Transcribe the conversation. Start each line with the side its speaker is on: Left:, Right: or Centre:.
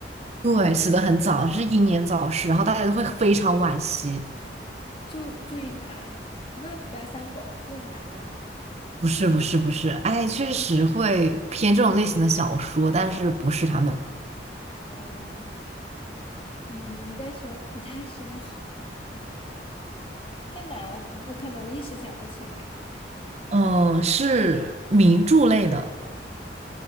Right: 对，死的很早，是英年早逝，然后大家都会非常惋惜。
Left: 祝祝英台，不是梁山伯，祝英台那个。
Right: 不是不是不是，哎，确实会偏这种类型的小说，但是不是他们，
Left: 嗯嗯，你再说，你再说，<laughs> 太难了，我可能一时想不起来。
Right: 嗯，是名著类的，